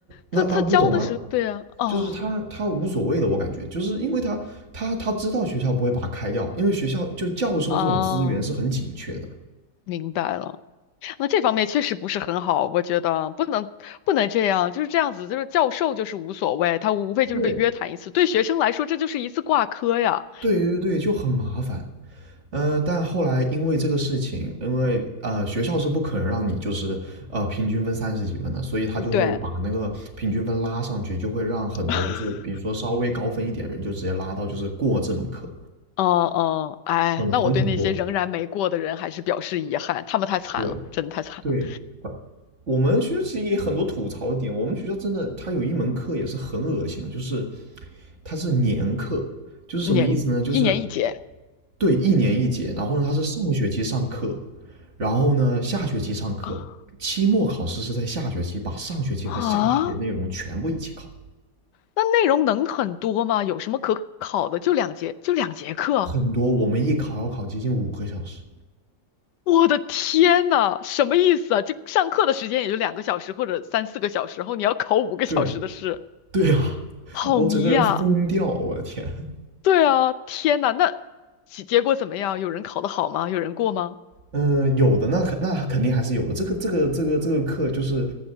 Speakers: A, on the right (about 40°); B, on the left (about 75°).
A: 那那不懂啊，
B: 他他教的是对啊，哦，
A: 就是他他无所谓的，我感觉就是因为他他他知道学校不会把他开掉，因为学校就教授这种资源是很紧缺的。
B: 哦，明白了。那这方面确实不是很好，我觉得不能不能这样，就是这样子，就是教授就是无所谓，他无非就是被约谈一次，
A: 对
B: 对学生来说这就是一次挂科呀。
A: 对对对，就很麻烦。嗯，但后来因为这个事情，因为呃学校是不可能让你就是呃平均分三十几分的，所以他就会把那个平均分拉上去，
B: 对，
A: 就会让很多就是比如说稍微高分一点的人就直接拉到就是过这门课，
B: <laughs> 嗯嗯，哎，
A: 很很恐怖。
B: 那我对那些仍然没过的人还是表示遗憾，他们太惨了，
A: 对，
B: 真的太惨了，
A: 对，管我们学校其实也很多吐槽的点。我们学校真的，它有一门课也是很恶心的，就是它是年课，就是什么意思呢？
B: 年一年一节
A: 就是对，一年一节。然后呢，它是上学期上课，然后呢下学期上课。
B: <laughs>
A: 期末考试是在下学期把上学期和下学期的内容全部一起考，
B: 啊，那内容能很多吗？有什么可考的？就两节，就两节课。
A: 很多我们一考要考接近五个小时。
B: 我的天呐，什么意思啊？这上课的时间也就两个小时或者三四个小时，然后你要考五个小时的试，
A: 对啊，对啊，<laughs>
B: 好迷呀！
A: 我整个人疯掉，我的天。<laughs>
B: 对啊，天呐，那结结果怎么样？有人考得好吗？有人过吗？
A: 嗯，有的那肯那肯定还是有的。这个这个这个这个课就是